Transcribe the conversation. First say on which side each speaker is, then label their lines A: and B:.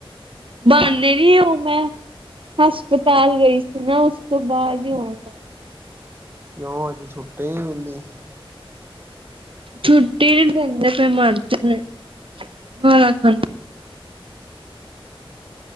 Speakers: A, on the right (about 65°); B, on the right (about 25°).
A: ਬਾਨੇ ਨੀ ਉਹ ਮੈਂ ਹਸਪਤਾਲ ਗਈ ਸੀ ਨਾ ਉਸ ਤੋਂ ਬਾਅਦ ਈ ਹੁਣ ਆਈ
B: ਕਿਓ ਛੁੱਟੀ ਨੀ ਮਿਲੀ
A: ਛੁੱਟੀ ਨੀ ਦਿੰਦੇ ਪਏ ਮਰਜਾਨੇ ਗਾਲਾ ਖਾਂਦੇ